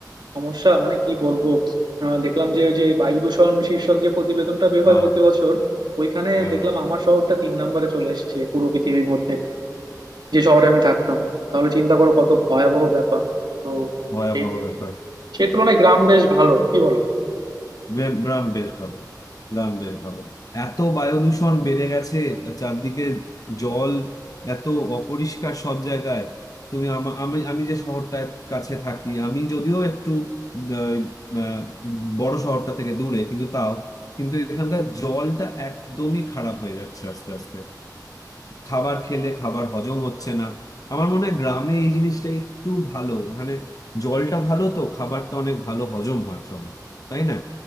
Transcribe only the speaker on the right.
সমস্যা মানে কি বলবো আহ, দেখলাম যে ওই যে বায়ু দূষণ শীর্ষক যে প্রতিবেদনটা বের
হয় প্রতি বছর ওইখানে
দেখলাম আমার শহরটা তিন নম্বরে চলে এসেছে পুরো পৃথিবীর মধ্যে যে শহরে আমি থাকতাম তাহলে চিন্তা করো কত ভয়াবহ ব্যাপার তো
সে-
সেই তুলনায় গ্রাম বেশ ভালো কি বলো